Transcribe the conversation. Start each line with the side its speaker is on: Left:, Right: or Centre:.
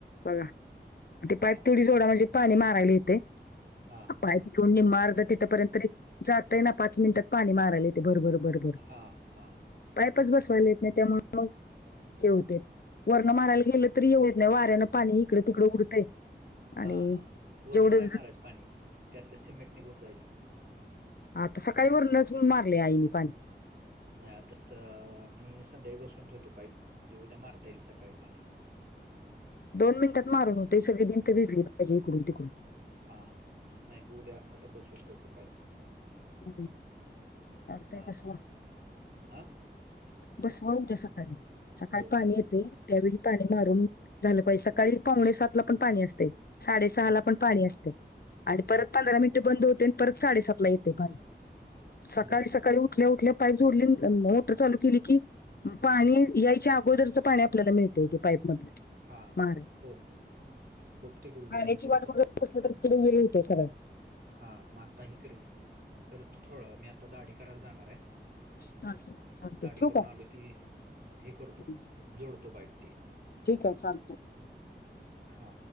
Left: बघा. ते पाईप
Right: हा
Left: थोडी जोडा म्हणजे पाणी मारायला येते.
Right: हा
Left: पाईप
Right: हा
Left: घेऊन निम्म अर्ध तिथं पर्यंत तरी. जातय ना. पाच मिनिटात पाणी मारायला येतेे भरभर भर.
Right: हां हां.
Left: पाईप च बसवायला येत नाही. त्यामुळे मग ते हे होते. अन मारायला गेलं तरी हे होत नाही. वाऱ्यांन पाणी इकडे तिकडे उडतंय.
Right: हा
Left: आणि
Right: हा वरनं
Left: जेवढं
Right: नाही मारायच पाणी त्यातलं सिमेंट निघून जाईल.
Left: आता सकाळी वरूनच मारले आईन पाणी.
Right: नाही. आता स मी संध्याकाळी बसून ठेवतो पाईप. म्हणजे उद्या मारता येईल सकाळी पाणी.
Left: दोन मिनिटात मारून होतय. ह सगळी भिंत भिजली पाहिजे इकडून तिकडून.
Right: हा नाही उद्या आता बसून ठेवतो पाईक.
Left: हम्म. चालतंय
Right: हा
Left: बसवा.
Right: हा.
Left: बसवा मग उद्या सकाळी सकाळी
Right: हो
Left: पाणी येते. त्यावेळी पाणी मारून झालं पाहिजे सकाळी पावणे सात ला पण पाणी असते. साडेसहा
Right: हम्म,
Left: ला पण पाणी असते आणि परत
Right: हा
Left: पंधरा मिनिटे बंद होते आणि परत साडेसात ला येते पाणी. सकाळी-सकाळी
Right: बरोबर
Left: उठल्या-उठल्या पाईप जोडली मोटर चालू केली कि पाणी यायच्या अगोदरचं पाणी आपल्याला मिळत. पाईप मधली
Right: हा
Left: मारा,
Right: हो बघतो की उद्या
Left: पाण्याची
Right: हे करतो
Left: वाट
Right: आता
Left: बघत बसली तर <unintelligible> वेळ होते सगळं.
Right: हा मग आताही करीन करतो थोडं मी आता दाढी करायला जाणार आहे.
Left: चालतंय चालतंय
Right: दाढी
Left: ठेवू का
Right: करून आलो की हे करतो
Left: हं.
Right: जोडतो पाईप ती.
Left: ठीक आहे चालत.
Right: <inaudible> हा